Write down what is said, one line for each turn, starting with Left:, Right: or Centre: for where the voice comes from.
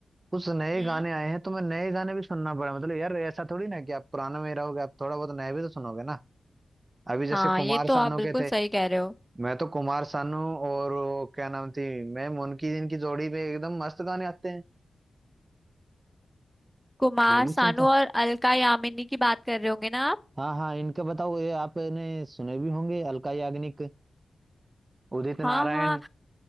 Right: कुछ नए
Centre: हम्म
Right: गाने आए हैं तो मैं नए गाने भी सुनना पड़ा मतलब यार ऐसा थोड़ी ना कि आप पुराना में ही रहोगे आप थोड़ा बहुत नया भी तो सुनोगे ना अभी जैसे
Centre: हाँ
Right: कुमार
Centre: ये तो
Right: सानू
Centre: आप बिल्कुल
Right: के थे
Centre: सही कह रहे हो
Right: मैं तो कुमार सानू और वो क्या नाम थी मैम उनकी जिनकी जोड़ी पे एकदम मस्त गाने आते हैं
Centre: कुमार
Right: वो भी
Centre: सानू
Right: सुनता
Centre: और अलका यामिनी की बात कर रहे होंगे ना आप
Right: हाँ हाँ इनका बताओ ये आपने सुने भी होंगे अलका याग्निक उदित
Centre: हाँ
Right: नारायण
Centre: हाँ